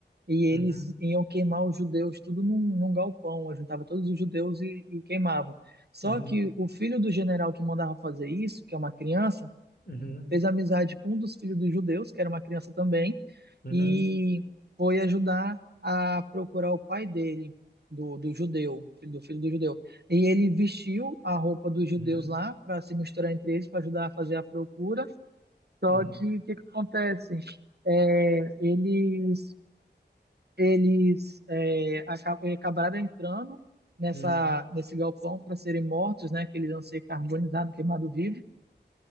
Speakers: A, on the right; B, on the left.
A: E eles
B: Uhum,
A: iam queimar os judeus tudo num, num galpão, juntava todos os judeus e, e queimavam. Só
B: uhum,
A: que o filho do general que mandava fazer isso, que é uma criança,
B: uhum,
A: fez amizade com um dos filhos dos judeus, que era uma criança também,
B: uhum,
A: e foi ajudar a procurar o pai dele, do, do judeu, filho do filho do judeu. E ele vestiu a roupa dos
B: uhum,
A: judeus lá para se misturar entre eles, para ajudar a fazer a procura. Só
B: uhum,
A: que o que, que acontece? É, eles eles é, aca- é, acabaram entrando nessa
B: uhum.
A: nesse galpão para serem mortos, né? Que eles iam ser carbonizados, queimados vivos.